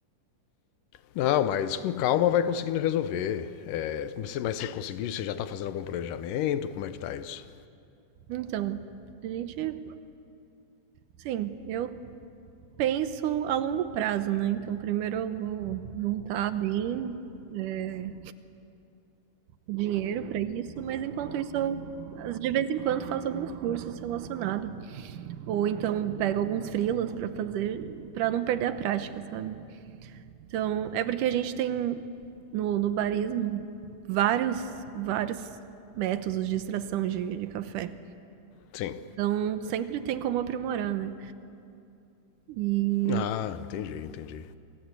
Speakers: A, on the left; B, on the right.
A: Não, mas com calma vai conseguindo resolver. É, mas você- mas você conseguiu, você já tá fazendo algum planejamento? Como é que tá isso?
B: Então, a gente, sim, eu penso a longo prazo, né? Então, primeiro eu vou juntar bem é, dinheiro para isso, mas enquanto isso eu às- de vez em quando faço alguns cursos relacionados, ou então pego alguns freelas para fazer, para não perder a prática, sabe? Então, é porque a gente tem no, no barismo vários vários métodos de extração de, de café.
A: Sim.
B: Então, sempre tem como aprimorar, né? E
A: Ah, entendi, entendi.